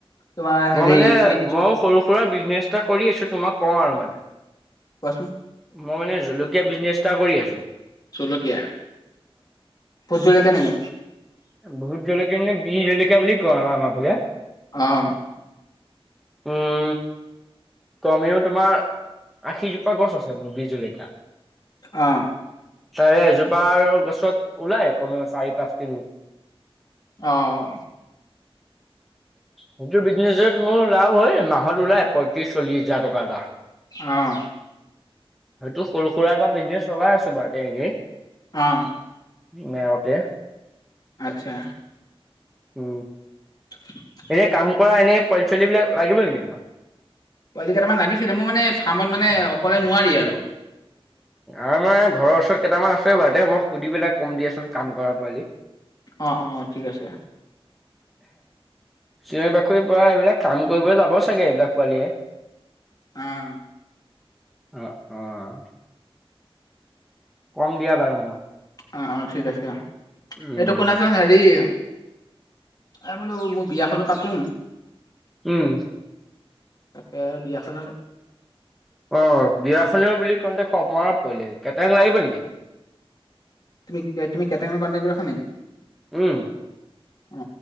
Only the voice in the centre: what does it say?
মই মানে
ময়ো সৰু সুৰা বিজনেছ এটা কৰি আছোঁ তোমাক কওঁ আৰু মানে।
মই মানে জলকীয়া বিজনেচ এটা কৰি আছো।
ভোত জলকীয়া মানে বিহ জলকীয়া বুলি কওঁ আৰু আমাৰ ফালে।
উম কমেও তোমাৰ আশীজোপা গছ আছে মোৰ বীহ জলকীয়া।
তাৰে এজোপাৰ আৰু গছত ওলাই কমে চাৰি পাঁচ কেজি।
সেটো বিজনেচত মোৰ লাভ হয় মাহত ওলাই। ত্ৰিচ চল্লিছ হাজা টকা এটা
ময়েইটো সৰু সুৰা এটা বিজনেছ চলাই আছো বাড্ৰে কেক
মেউতে
ও
এনে কাম কৰা এনেই পোৱালী চোৱালী বিলাক লাগিব নেকি তোমাৰ।
আমাৰ ঘৰৰ ওচৰত কেইটামান আছে বাৰু তেও বাৰু দে মই সুধি পেলাই কম দিয়াচোন কাম কৰা পোৱালি।
চিঞৰি বাখৰি পৰা এইবিলাক কাম কৰিব যাব চাগে এইবিলাক পোৱালীয়ে।
অ' অ' কম দিয়া বাৰু মই।
উম
উম
অ' বিয়াখনও বুলি কওঁতে সময়ত পৰিলে হি কেটাৰিঙ লাগিব নেকি?
উম,